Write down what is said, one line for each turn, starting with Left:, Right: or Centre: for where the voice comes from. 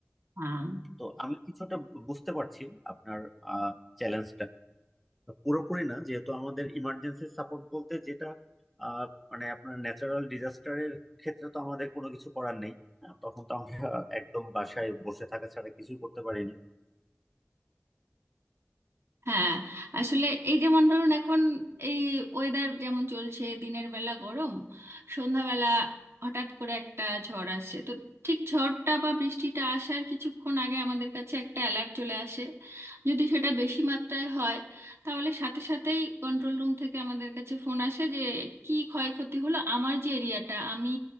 Right: হ্যাঁ
Centre: তো আমি কিছুটা বুঝতে পারছি আপনার চ্যালেঞ্জটা পুরোপুরি না যেহেতু আমাদের ইমার্জেন্সি সাপোর্ট বলতে যেটা আহ, মানে আপনার ন্যাচারাল ডিজাস্টারের ক্ষেত্রে তো আমাদের কোনো কিছু করার নেই হ্যাঁ, তখন তো আমরা একদম বাসায় বসে থাকা ছাড়া কিছুই করতে পারি না
Right: হ্যাঁ আসলে এই যেমন ধরুন এখন এই ওয়েদার যেমন চলছে দিনের বেলা গরম সন্ধ্যাবেলা হঠাৎ করে একটা ঝড় আসছে তো ঠিক ঝড়টা বা বৃষ্টিটা আসার কিছুক্ষণ আগে আমাদের কাছে একটা অ্যালার্ট চলে আসে যদি সেটা বেশি মাত্রায় হয় তাহলে সাথে সাথেই কন্ট্রোল রুম থেকে আমাদের কাছে ফোন আসে যে কি ক্ষয়ক্ষতি হলো আমার যে এরিয়াটা আমি